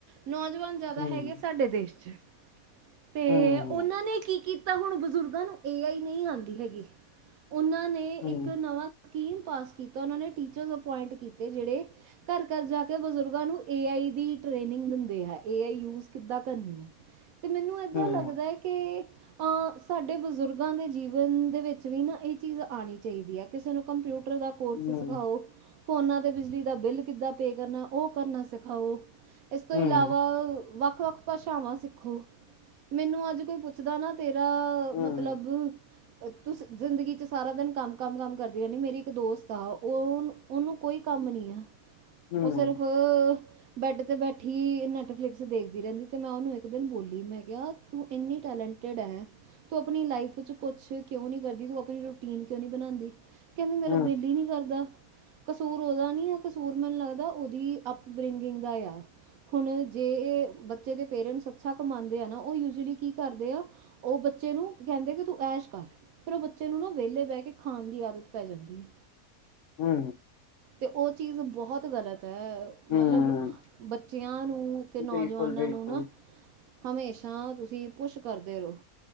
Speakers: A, on the right; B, on the left.
A: ਨੌਜਵਾਨ ਜ਼ਿਆਦਾ
B: ਹਮ
A: ਹੈਗੇ ਸਾਡੇ ਦੇਸ਼ ਚ ਤੇ
B: ਹਮ
A: ਉਹਨਾਂ ਨੇ ਕੀ ਕੀਤਾ ਹੁਣ ਬਜ਼ੁਰਗਾਂ ਨੂੰ ਏ ਆਈ ਨਹੀਂ ਆਉਂਦੀ ਹੈਗੀ ਉਹਨਾਂ ਨੇ
B: ਹਮ
A: ਇੱਕ ਨਵਾਂ ਸਕੀਮ ਪਾਸ ਕੀਤਾ। ਉਨ੍ਹਾਂ ਨੇ ਟੀਚਰ ਅਪੋਇੰਟ ਕੀਤੇ ਜਿਹੜੇ ਘਰ- ਘਰ ਜਾ ਕੇ ਬਜ਼ੁਰਗਾਂ ਨੂੰ ਏ ਆਈ ਦੀ ਟ੍ਰੇਨਿੰਗ ਦਿੰਦੇ ਐ। ਏ ਆਈ ਯੂਜ ਕਿਦਾਂ ਕਰਨੀ ਮੈਨੂੰ ਏਦਾਂ
B: ਹਮ
A: ਲੱਗਦਾ ਹੈ ਕੇ ਸਾਡੇ ਬਜ਼ੁਰਗਾਂ ਦੇ ਜੀਵਨ ਦੇ ਵਿੱਚ ਵੀ ਨਾ ਇਹ ਚੀਜ਼ ਆਉਣੀ ਚਾਹੀਦੀ ਹੈ। ਕਿਸੇ ਨੂੰ ਕੰਪਿਊਟਰ ਕੋਰਸ
B: ਹਮ
A: ਸਿਖਾਓ, ਫੋਨਾ ਤੇ ਬਿਜਲੀ ਦਾ ਬਿੱਲ ਕਿੱਦਾਂ ਪੇ ਕਰਨਾ ਉਹ ਕਰਨਾ ਸਿਖਾਓ ਇਸ ਤੋਂ
B: ਹਮ
A: ਇਲਾਵਾ ਵੱਖ- ਵੱਖ ਭਾਸ਼ਾਵਾਂ ਸਿੱਖੋ। ਮੈਨੂੰ ਅੱਜ ਕੋਈ ਪੁੱਛਦਾ ਨਾ ਤੇਰਾ
B: ਹਮ
A: ਮਤਲਬ ਤੁਸੀਂ ਜ਼ਿੰਦਗੀ ਚ ਸਾਰਾ ਦਿਨ ਕੰਮ ਕਮ ਕੰਮ ਕਰਦੀ ਰਹਿੰਦੀ, ਮੇਰੀ ਇੱਕ ਦੋਸਤ ਆ ਉਹਨੂੰ ਉਹਨੂੰ ਕੋਈ ਕੰਮ ਨੀ ਆ
B: ਹਮ
A: ਉਹ ਸਿਰਫ ਬੈਡ ਤੇ ਬੈਠੀ ਨੈਟਫਲਿਕਸ ਦੇਖਦੀ ਰਹਿੰਦੀ ਤੇ ਮੈਂ ਉਹਨੂੰ ਇੱਕ ਦਿਨ ਬੋਲੀ ਮੈਂ ਤੂੰ ਇੰਨੀ ਟੈਲੈਂਟਡ ਹੈ ਤੂੰ ਅਪਨੀ ਲਾਈਫ ਚ ਕੁਛ ਕਿਉਂ ਨੀ ਕਰਦੀ ਤੂੰ ਅਪਨੀ ਰੁਟੀਨ ਕਿਉਂ ਨੀ ਬਣਾਉਂਦੀ ਕਹਿੰਦੀ ਮੇਰਾ
B: ਹਮ ਹਮ
A: ਦਿਲ ਹੀ ਨੀ ਕਰਦਾ ਕਸੂਰ ਓਹਦਾ ਨੀ ਆ ਕਸੂਰ ਮੈਨੂੰ ਲੱਗਦਾ ਉਹਦੀ ਅਪ ਬਰਿੰਗ ਦਾ ਆ ਹੁਣ ਜੇ ਬੱਚੇ ਦੇ ਪੇਰੈਂਟਸ ਅੱਛਾ ਕਮਾਦੇ ਆ ਨਾ ਉਹ ਯੂਜਲੀ ਕੀ ਕਰਦੇ ਆ ਉਹ ਬੱਚੇ ਨੂੰ ਕਹਿੰਦੇ ਕਿ ਤੂੰ ਐਸ਼ ਕਰ ਫਿਰ ਉਹ ਬੱਚੇ ਨੂੰ ਨਾ ਵਿਹਲੇ ਬਹਿ ਕੇ ਖਾਨ ਦੀ ਆਦਤ ਪੈ ਜਾਂਦੀ ਹੈ
B: ਹੂੰ
A: ਤੇ ਉਹ ਚੀਜ਼ ਬਹੁਤ ਗਲਤ
B: ਹਮ
A: ਮਤਲਬ ਬੱਚਿਆਂ ਨੂੰ ਤੇ ਨੌਜਵਾਨਾਂ
B: ਬਿਲਕੁਲ ਬਿਲਕੁਲ
A: ਨੂੰ ਨਾ ਹਮੇਸ਼ਾ ਤੁਸੀਂ ਪੁੱਛ ਕਰਦੇ ਰਹੋ